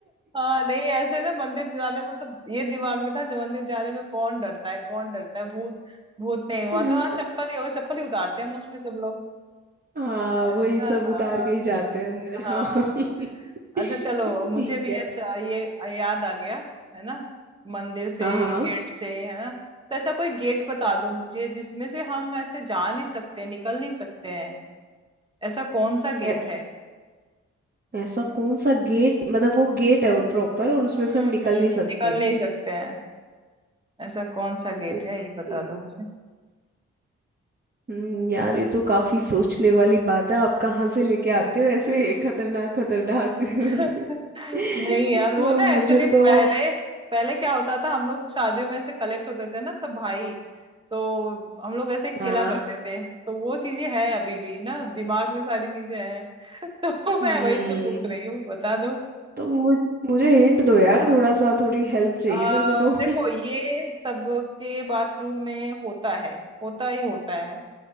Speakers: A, on the right; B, on the right.
A: हाँ नहीं ऐसे ना मंदिर जाने में तो ये दिमाग में था जो मंदिर जाने में कौन डरता है कौन डरता है भूत भूत नहीं हुआ
B: <laughs>
A: तो हाँ चप्पल ही होगा चप्पल ही उतारते हैं मोस्टली सब लोग
B: हाँ
A: है
B: वही सब
A: ना हाँ
B: उतार के ही जाते हैं अंदर
A: हाँ
B: हाँ <laughs>
A: अच्छा चलो
B: ठीक
A: मुझे भी
B: है
A: अच्छा ये याद आ गया है ना मंदिर से
B: हाँ हाँ
A: गेट से है ना तो ऐसा कोई गेट बता दो मुझे जिसमें से हम ऐसे जा नहीं सकते निकल नहीं सकते हैं ऐसा कौन सा गेट
B: ऐ-
A: है
B: ऐसा कौन सा गेट मतलब वो गेट है और प्रॉपर
A: हम्म
B: और उसमें से हम
A: हम्म,
B: निकल नहीं
A: निकल
B: सकते
A: नहीं सकते हैं ऐसा कौन सा गेट
B: ओके
A: है ये बता दो मुझे
B: हम्म यार ये तो काफी सोचने वाली बात है आप कहाँ से लेके आते हो ऐसे खतरनाक खतरनाक <laughs>
A: नहीं यार
B: तो
A: वो ना
B: मुझे
A: एक्चुअली
B: तो
A: पहले पहले क्या होता था हम लोग शादियों में ऐसे कलेक्ट होते थे ना सब भाई तो हम लोग ऐसे खेला
B: हाँ
A: करते थे तो वो चीजें हैं अभी भी ना दिमाग में सारी चीजें हैं <laughs> तो मैं
B: हम्म
A: वही से पूछ रही हूँ बता दो
B: तो मुझ, मुझे हिंट दो यार थोड़ा सा थोड़ी हेल्प चाहिए
A: आ,
B: मेरे को तो
A: देखो ये सबके बाथरूम में होता है होता ही होता है